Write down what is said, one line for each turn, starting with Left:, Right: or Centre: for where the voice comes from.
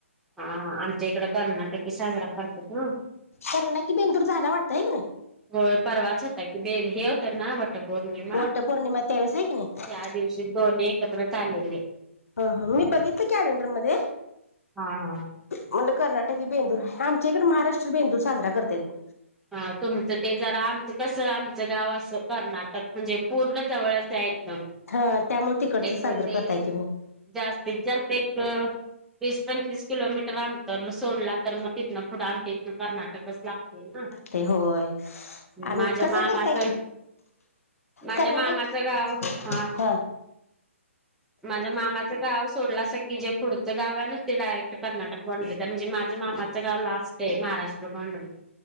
Centre: हा इकड कर्नाटक साजरा करतात ना
Left: कारण ना की बेंदूर झाला वाटतं आहे की नाही
Centre: हो पाचताकी बेर हेवतर ना वाटत पौर्णिमा
Left: वट पौर्णिमा त्यावेळेस आहे की नाही
Centre: त्या दिवशी दोन् एकत्र चालेले
Left: ह ह मी बघितलं क टंडर मध्ये
Centre: हा हा
Left: म्हण कर्नाटकी बेंदूर आमच्याकडे महाराष्ट्र बेंदूर साजरा करतत ब
Centre: हा तुमचं ते जरा आमचं कस आमचं गाव असं कर्नाटक म्हणजे पूर्ण जवळचं आहे म
Left: हा त्यामुळे तिकडचं
Centre: एक
Left: साजरं
Centre: मजली
Left: करताय तुम्ही
Centre: जास्तीत जास्त एक. वीस पंचवीस किलोमीटर आंतर सोडला तर मग तिथ ना पुढं आम कर्नाटकच लागते ना.
Left: ते होय आणि
Centre: माझ्या
Left: कसं
Centre: मामाचं
Left: करताय?
Centre: माझ्या
Left: कर्नाटक
Centre: मामाचं गाव हां
Left: हा
Centre: माझ्या मामाचं गाव सोडल अस की जे पुढचं गाव आहे ना ते डायरेक्ट कर्नाटक बॉनड म्हणजे माझे मामाचं गाव लास्ट आहे. महाराष्ट्र <unintelligible>